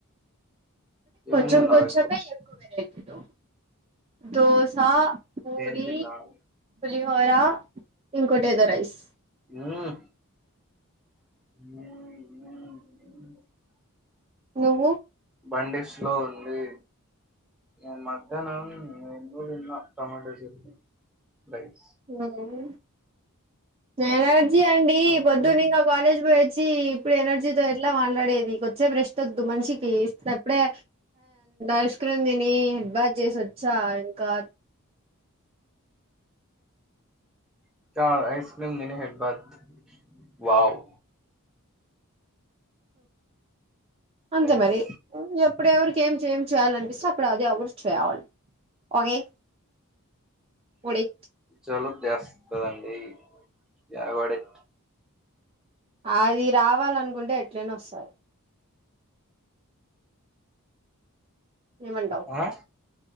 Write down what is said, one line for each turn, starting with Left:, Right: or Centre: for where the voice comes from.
Right: కొంచెం
Centre: ఏం తిన్నావు
Right: కొంచెంగా ఎక్కువ వెరైటీలు దోస పూరి
Centre: ఏం తిన్నావు
Right: పులిహోర ఇంకోటి ఏదో రైస్
Centre: ఉమ్ <unintelligible>
Right: నువ్వు
Centre: బండి స్లో ఉంది ఆ మధ్యాహ్నం ఏందో తిన్న టొమాటో రైస్ రైస్
Right: ఎవరు ఎనర్జీ అండి
Centre: ఇంకా
Right: పొద్దున్న ఇంగా కాలేజ్ కి పోయి వచ్చి ఇప్పుడు ఎనర్జీతో ఎట్లా మాట్లా డేది కొద్దిసేపు రెస్ట్ వద్దు మనిషికి వచ్చినప్పుడే ఐస్ క్రీం తిని దగ్ చేసి వచ్చా ఇంకా
Centre: ఇంకా ఐస్ క్రీం తిని హెడ్ బాత్ వావ్
Right: అంతే
Centre: నైస్
Right: మరి ఇప్పుడ ఎవరికి ఏం చెయాలనిపిస్తే అప్పుడు అదే చేయాలి ఓకే ఒడి
Centre: జలుబు చేస్తదండి అటు పడెయ్
Right: అది రావాలనుకుంటే ఎట్లయినా వస్తది ఏమంటావు
Centre: ఆ